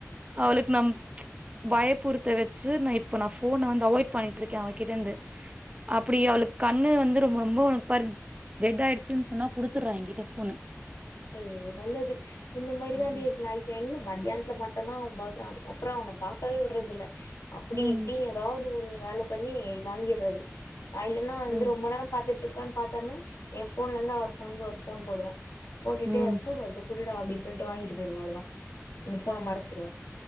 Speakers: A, on the right; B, on the left.
A: அவளுக்கு நம் பயப்புறுத்த வச்சு நா இப்ப நா ஃபோன வந்து அவாய்ட் பண்ணிட்ருக்கே அவகிட்டெந்து அப்பிடி அவளுக் கண்ணு வந்து ரொ ரொம்ப ஒனக்கு பாரு ரெட் ஆயிடுச்சுன் சொன்னா குடுத்துர்றா எங்கிட்ட ஃபோன
B: எ இவ நல்லது இந்த மாரிதா
A: ம்
B: <unintelligible> எங்க மத்யானத்துல மட்டுந்தா அவம்பாக்றா அதுக்கப்றொ அவன பாக்கவே விட்றதில்ல அப்பிடி
A: ம்
B: இப்பிடின் எதாவ்து ஒன்னு வேல பண்ணி வாங்கிர்றது அ இல்லன்னா வந்து
A: ம்
B: ரொம்ப நேர பாத்துட்ருக் கான் பாத்தான்ன ஏ ஃபோன்லந்து அவர் ஃபோனுக் ஒரு ஃபோன் போடுவே போட்டுட்டு
A: ம் ம்
B: ஃபோன் வருது கு டுடா அப்டின் சொல்ட்டு வாங்கிட்டு போயிருவ அவ்ளதா இந்த ஃபோன மறச்சுருவ